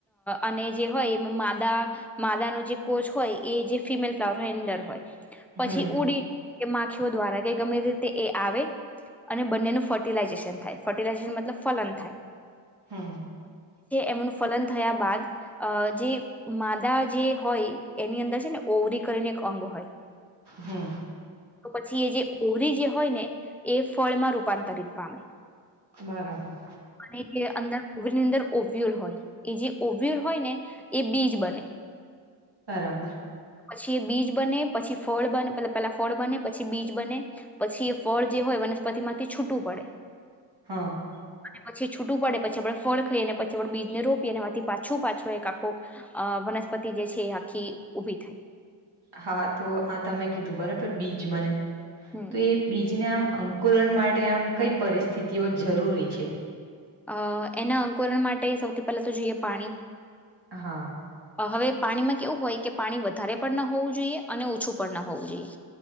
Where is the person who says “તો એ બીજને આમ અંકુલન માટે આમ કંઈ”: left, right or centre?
Right